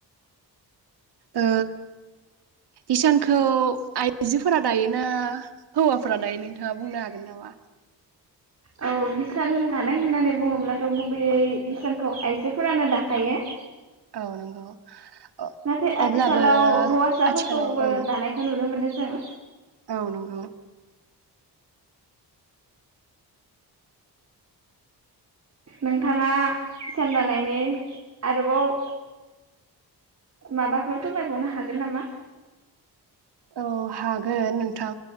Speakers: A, on the right; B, on the right.
A: ओ हिसानखौ आइजोफोरा दायो ना हौवाफोरा दायो नोंथाङा बुंनो हागोन नामा?
B: औ हिसान दानाय होननानै बुङोब्लाथ' गुबैयै हिसानखौ आइजोफोरानो दाखायो।
A: औ नंगौ अ
B: नाथाय आथिखालाव
A: अब्लाबो
B: हौवासाफोरखौबो
A: आथिखालाव औ
B: दानायखौ नुनो मोनदों जों
A: औ नंगौ।
B: नोंथाङा हिसान दानायनि आरोबाव माबाफोर फोरमायबावनो हागोन नामा?
A: औ हागोन नोंथां